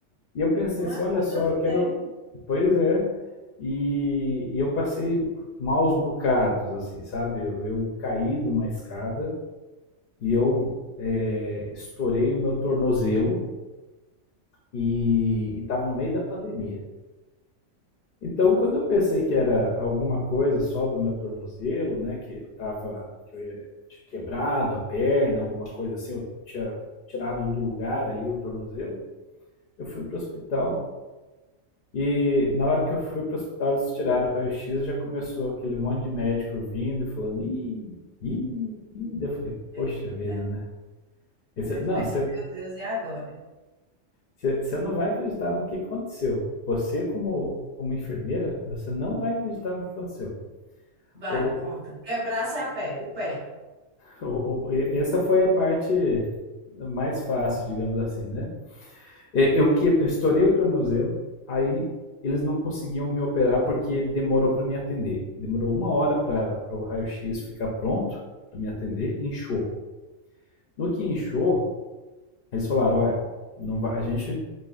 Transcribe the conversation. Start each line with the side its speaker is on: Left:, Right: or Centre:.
Left: E eu pensei
Right: Não
Left: assim,
Right: é?
Left: olha
Right: Faz
Left: só,
Right: tanto
Left: eu quero.
Right: tempo.
Left: Pois é. E, e eu passei maus bocados, assim, sabe? Eu, eu caí de uma escada e eu é, estourei o meu tornozelo e estava no meio da pandemia. Então, quando eu pensei que era alguma coisa só do meu tornozelo, né, que eu tava, que eu ia- tinha quebrado a perna, alguma coisa assim, eu tinha tirado do lugar ali o tornozelo, eu fui pro hospital e na hora que eu fui pro hospital eles tiraram o raio-x, já começou aquele monte de médico vindo e falando, ih, ih, ih, Daí eu falei, poxa
Right: Eita,
Left: vida, né? Esse-
Right: a gente
Left: não,
Right: pensa,
Left: você
Right: meu Deus, e agora?
Left: você- você não vai acreditar no que aconteceu. Você, como, como enfermeira, você não vai acreditar no que aconteceu.
Right: Vai,
Left: O,
Right: conta. Quebrar-se a pé, o pé.
Left: O- o- e- Essa foi a parte mais fácil, digamos assim, né? E- Eu, que, eu estourei o tornozelo, aí eles não conseguiam me operar porque demorou para me atender. Demorou uma hora para o raio-x ficar pronto para me atender, inchou. No que inchou, eles falaram: olha, não vai, a gente